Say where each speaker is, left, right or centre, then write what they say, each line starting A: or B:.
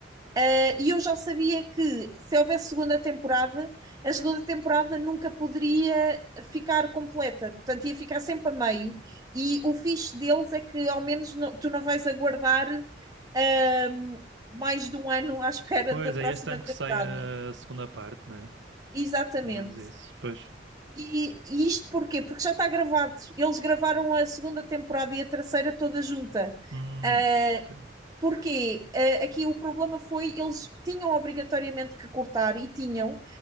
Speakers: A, on the right; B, on the right.
A: Uh, e eu já sabia que se houvesse segunda temporada, a segunda temporada nunca poderia ficar completa, portanto ia ficar sempre a meio. E o fixe deles é que ao menos não- tu não vais aguardar uh, mais de um ano à <laughs> espera
B: Pois
A: da próxima
B: é, este ano
A: temporada.
B: que sai a segunda parte, né?
A: Exatamente.
B: Pelo menos isso. Pois.
A: E, e isto porquê? Porque já está gravado. Eles gravaram a segunda temporada e a terceira toda junta.
B: Hum,
A: Uh,
B: ok.
A: porque uh, aqui o problema foi eles tinham obrigatoriamente que cortar e tinham,